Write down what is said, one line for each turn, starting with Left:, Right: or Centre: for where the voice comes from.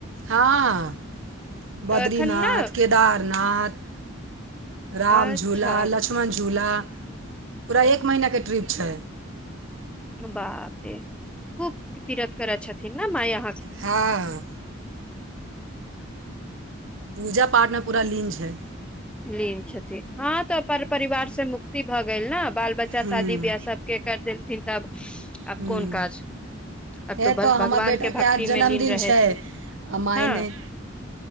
Right: हँ
Centre: तऽ
Right: बदरीनाथ
Centre: एखन ने
Right: केदारनाथ राम
Centre: अच्छा
Right: झूला लक्ष्मण झूला पूरा एक महिना के ट्रिप छै
Centre: बापरे खूब तीरथ करै छथिन ने मया
Right: हँ पूजा पाठमे पूरा लीन छै
Centre: लीन छथिन हँ तऽ पर - परिवार से मुक्ति भऽ गेल न बाल बच्चा
Right: ह्म्म
Centre: शादी बियाह सबके कर देलथिन तब आब
Right: ह्म्म
Centre: कोन काज आब तऽ
Right: ए
Centre: बस
Right: हमर
Centre: भगवानके
Right: बेटाके
Centre: भक्तिमे
Right: आज जन्मदिन
Centre: लीन रहै छै
Right: आ माय
Centre: हँ
Right: नहि